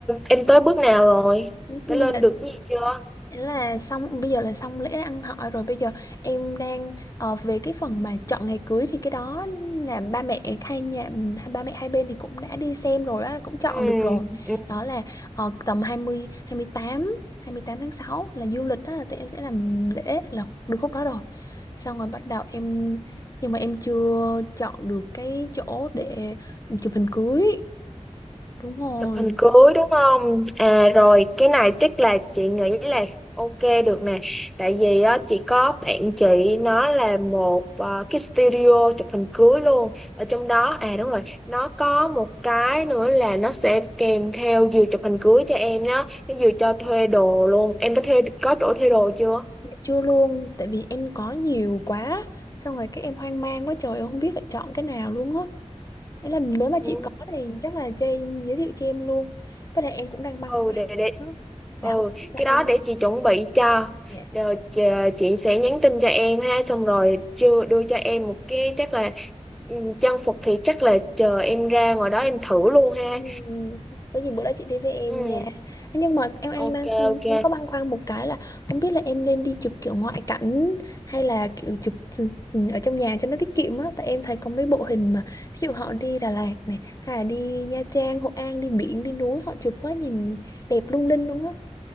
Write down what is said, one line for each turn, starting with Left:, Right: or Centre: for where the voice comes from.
Centre: em tới bước nào rồi? Đã
Left: bây
Centre: lên
Left: giờ
Centre: được cái gì chưa?
Left: Ý là xong bây giờ là xong lễ ăn hỏi rồi bây giờ em đang ờ, về cái phần mà chọn ngày cưới thì cái đó là ba mẹ hai nhà hai ba mẹ hai bên thì cũng đã đi xem rồi á cũng chọn
Centre: Ừ,
Left: được rồi
Centre: ừ.
Left: đó là ờ, tầm hai mươi hai mươi tám hai mươi tám tháng 6 là dương lịch đó là tụi em sẽ làm
Centre: ừ.
Left: lễ là được khúc đó rồi xong rồi bắt đầu em nhưng mà em chưa chọn được cái chỗ để chụp hình cưới đúng rồi
Centre: Chụp hình cưới đúng không? À rồi, cái này chắc là chị nghĩ là ok được nè. Tại vì á, chị có bạn chị nó là một ờ, cái studio chụp hình cưới luôn. Ở trong đó, à đúng rồi, nó có một cái nữa là nó sẽ kèm theo vừa chụp hình cưới cho em nhá. Nó vừa cho thuê đồ luôn. Em đã thuê có chỗ thuê đồ chưa?
Left: Dạ Chưa luôn, tại vì em có nhiều quá, xong rồi các em hoang mang quá trời, em không biết phải chọn cái nào luôn á. Thế là nếu mà
Centre: Ừ.
Left: chị có thì chắc là Jane giới thiệu cho em luôn. Với lại em cũng đang băn
Centre: ừ
Left: khoăn
Centre: để để
Left: á,
Centre: ừ
Left: là không biết là
Centre: cái
Left: em
Centre: đó để chị chuẩn bị cho
Left: dạ,
Centre: rồi chị, chị sẽ nhắn tin cho em ha xong rồi chưa đưa cho em một cái chắc là ừ, trang phục thì chắc là chờ em ra ngoài đó em thử luôn ha
Left: Ừ, có gì bữa đó chị đi với em
Centre: ừ
Left: nha nhưng mà em em
Centre: ok
Left: đang
Centre: ok
Left: em có băn khoăn một cái là không biết là em nên đi chụp kiểu ngoại cảnh hay là kiểu chụp ừ, ừ, ở trong nhà cho nó tiết kiệm á tại em thấy có mấy bộ hình mà ví dụ họ đi Đà Lạt này hay là đi Nha Trang Hội An đi biển đi núi họ chụp á nhìn đẹp lung linh luôn á